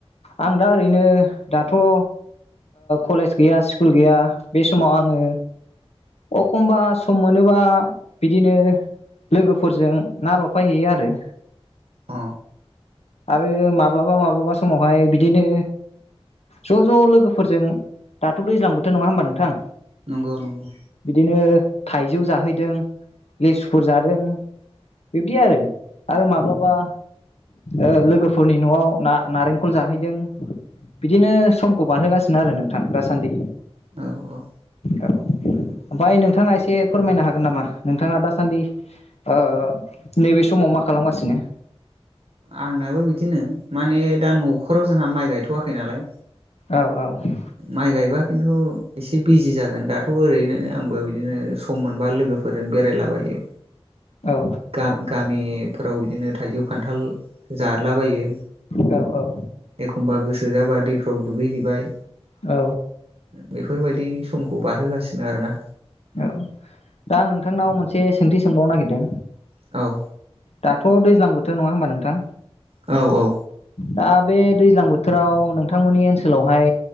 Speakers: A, on the left; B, on the right.
A: आं दा ओरैनो दाथ' ओ कलेज गैया स्कुल गैया बे समाव आङो अखमबा सम मोनोबा बिदिनो लोगोफोरजों ना लफायहैयो आरो
B: अ
A: आरो माब्लाबा-माब्लाबा समावहाय बिदिनो ज' ज' लोगोफोरजों दाथ' दैज्लां बोथोर नंङा होमबा नोंथां
B: नंगौ नंगौ
A: बिदिनो थाइजौ जाहैदों लेसुफोर जादों बिब्दि आरो आरो माब्लाबा ओ लोगोफोरनि न'आव न नारेंखल जाहैदों बिदिनो समखौ बारहोगासिनो आरो नोंथां दासान्दि
B: औ औ
A: औ ओमफ्राय नोंथाङा एसे फोरमायनो हागोन नामा नोंथाङा दासान्दि ओ नैबे समाव मा खालामगासिनो
B: आंनाबो बिदिनो माने दा न'खराव जोंहा माइ गायथ'आखै नालाय
A: औ औ
B: माइ गायबा खिन्थु एसे बिजि जागोन दाथ' ओरैनो आंबो बिदिनो सम मोनबा लोगोफोर फोरजों बेरायलाबायो
A: औ
B: गा गामि फोराव बिदिनो थाइजौ खान्थाल जादलाबायो
A: औ औ
B: एखमबा गोसो जाबा दैफ्राव दुगैहैबाय
A: औ
B: बेफोर बायदि समखौ बारहोगासिनो सिनो आरोना
A: औ दा आं नोंथांनाव मोनसे सोंथि सोंबावनो नागिरदों
B: औ औ
A: दाथ' दैज्लां बोथोर नङा होमबा नोंथां
B: औ ओहो
A: दा बे दैज्लां बो बोथोराव नों थांमोननि ओनसोलावहाय